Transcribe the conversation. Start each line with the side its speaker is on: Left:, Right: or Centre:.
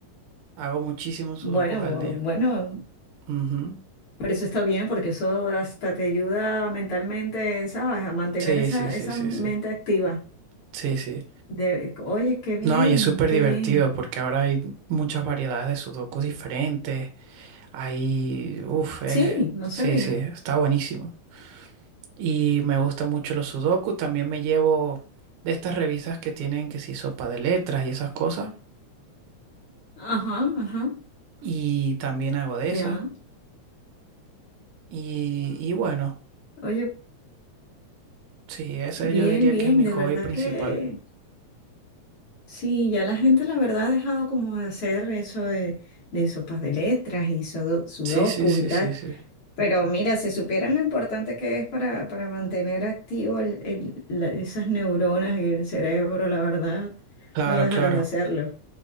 Right: hago muchísimos sudokus
Left: Bueno,
Right: al
Left: bu-
Right: día.
Left: bueno,
Right: Ujú.
Left: por eso está bien, porque eso hasta te ayuda mentalmente, ¿sabes? A mantener
Right: Sí,
Left: esa,
Right: sí, sí,
Left: esa
Right: sí,
Left: mente
Right: sí.
Left: activa.
Right: Sí, sí.
Left: De, oye, qué bien,
Right: No, y es súper
Left: qué
Right: divertido
Left: bien.
Right: porque ahora hay muchas variedades de sudokus diferentes. Hay, uff,
Left: Sí, no
Right: sí,
Left: sabía.
Right: sí, está buenísimo. Y me gusta mucho los sudokus. También me llevo de estas revistas que tienen que si sopa de letras y esas cosas.
Left: Ajá, ajá,
Right: Y también hago de
Left: ya.
Right: esas. Y, y bueno,
Left: Oye,
Right: sí, ese
Left: Bien,
Right: yo diría
Left: bien,
Right: que es mi
Left: de
Right: hobby
Left: verdad
Right: principal.
Left: que sí, ya la gente la verdad ha dejado como de hacer eso de, de sopas de letras y sudo- sudokus
Right: Sí, sí, sí,
Left: y tal.
Right: sí, sí.
Left: Pero mira, si supieran lo importante que es para, para mantener activo el- el- la- esas neuronas y el cerebro, la verdad,
Right: Claro,
Left: no dejaran
Right: claro.
Left: de hacerlo.